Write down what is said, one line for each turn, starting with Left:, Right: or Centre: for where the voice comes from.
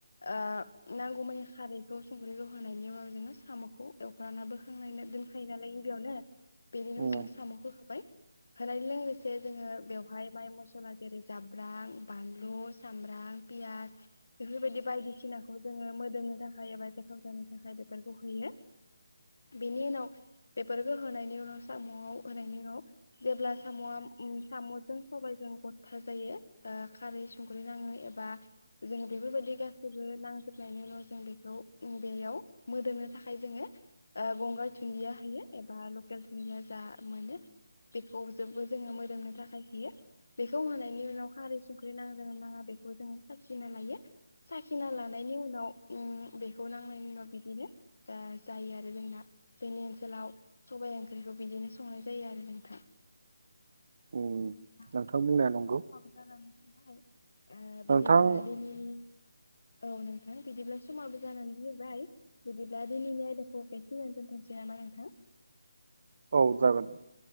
Left: ओ नांगौमानि खारैखौ संख्रिखौ होनायनि उनाव जोङो साम'खौ। द'खाना बोखांनायना दोनखायो। जालाय बेयावनो बेनि उनाव
Right: उम
Left: जों सामखौ होबाय होनाय लोगोसे जोङो बेवहाय माइ मसला जेरै जाब्रां बानलु सामब्राम पियास बेफोरबायदि बायदिसिनाखौ जोङो मोदोमनो थाखाय एबा गोथाव जानो थाखाय बेफोरखौ होयो। बेनि उनाव बेफोरखौ होनायनि उनाव सामआव होनायनि उनाव जेब्ला सामआ सामजों सबायाइजों गथा जायो खारै संख्रि नाङो एबा जों बेफोरबायदि गासैबो नांजोबनायनि उनाव जों बेखौ बेयाव मोदोमनो थाखाय जोङो। आ गंगार दुनन्दिया होयो एबा लकेल दुनन्दिया जा मोनो बेखौ जेबो जोङो मोदोमनो थाखाय होयो। बेखौ होनायनि उनाव खारै संख्रि नांङोना नाङा बेखौ जोङो साखिना लायो साखिना लानायनि उनाव उम बेखौ नांनायनि उनाव बिदिनो जा जायो आरो जोंना जोंनि ओनसोलाव सबाइ ओंख्रिखौ बिदिनो संनाय जायो आरो नोंथां।
Right: उम
Left: बिदि बा नोंथां जोंहा
Right: बुंनाया नंगौ
Left: समाबो जानानै फैबाय। ओ बिदिब्ला
Right: नोंथां
Left: दिनैनि औ नों ओ बिदिब्ला समाबो जानानै फैबाय, बिदिब्ला दिनैनि आयदाखौ बेखिनियावनो दोनथ'नोसै नामा नोंथां?
Right: औ जागोन दे।